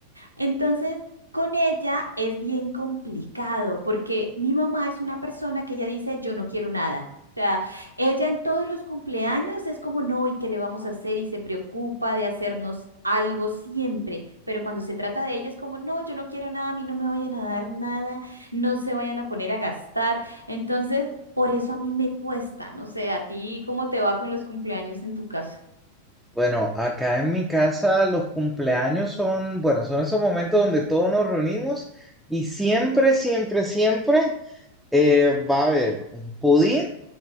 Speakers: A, on the right; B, in the centre.
A: Entonces, con ella es bien complicado porque mi mamá es una persona que ella dice, yo no quiero nada. O sea, ella en todos los cumpleaños es como, no, ¿y qué le vamos a hacer? Y se preocupa de hacernos algo siempre. Pero cuando se trata de ella es como, no, yo no quiero nada, a mí no me vayan a dar nada, no se vayan a poner a gastar. Entonces, por eso a mí me cuesta. No sé, ¿a ti cómo te va con los cumpleaños en tu caso?
B: Bueno, acá en mi casa los cumpleaños son, bueno, son esos momentos donde todos nos reunimos y siempre, siempre, siempre eh, va a haber un pudín